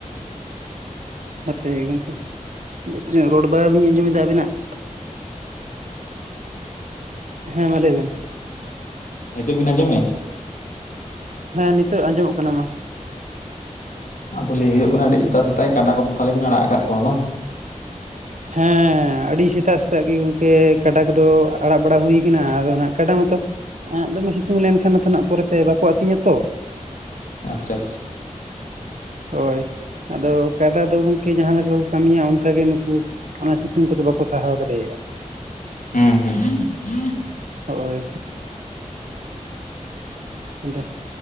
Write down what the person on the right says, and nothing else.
ᱦᱟᱯᱮ ᱜᱚᱢᱠᱮ ᱵᱮᱥ ᱧᱚᱜ ᱨᱚᱲ ᱵᱟᱝ ᱞᱤᱧ ᱟᱸᱡᱚᱢᱮᱫᱟ ᱟᱵᱤᱱᱟᱜ ᱾ ᱦᱮᱸ ᱢᱟ ᱞᱟᱹᱭ ᱵᱮᱱ ᱾
ᱦᱮᱸ ᱱᱤᱛᱚᱜ ᱟᱸᱡᱚᱢᱚᱜ ᱠᱟᱱᱟ ᱢᱟ ᱾
ᱦᱮᱸ ᱟᱹᱰᱤ ᱥᱮᱛᱟᱜ ᱥᱮᱛᱟᱜ ᱜᱮ ᱜᱚᱝᱠᱮ ᱠᱟᱰᱟ ᱠᱚᱫᱚ ᱟᱲᱟᱜ ᱵᱟᱲᱟ ᱦᱩᱭ ᱠᱟᱱᱟ ᱟᱫᱚ ᱠᱟᱰᱟ ᱢᱟᱛᱚ ᱮᱸᱜ ᱫᱚᱢᱮ ᱥᱤᱛᱩᱝ ᱞᱮᱱᱠᱷᱟᱱ ᱢᱟᱛᱚ ᱱᱟᱜ ᱯᱚᱨᱮ ᱛᱮ ᱵᱟᱠᱚ ᱟᱹᱛᱤᱧᱟ ᱛᱚ ᱾
ᱦᱳᱭ ᱟᱫᱚ ᱠᱟᱰᱟ ᱫᱚ ᱜᱚᱢᱠᱮ ᱡᱟᱦᱟᱸ ᱞᱮᱠᱟ ᱠᱚ ᱠᱟᱹᱢᱤᱭᱟ ᱚᱱᱠᱟᱜ ᱜᱮ ᱱᱩᱠᱩ ᱚᱱᱟ ᱥᱤᱛᱩᱝ ᱠᱚᱫᱚ ᱵᱟᱠᱚ ᱥᱟᱦᱟᱣ ᱫᱟᱲᱮᱭᱟᱜᱼᱟ ᱾
ᱦᱳᱭ ᱾ ᱟᱫᱚ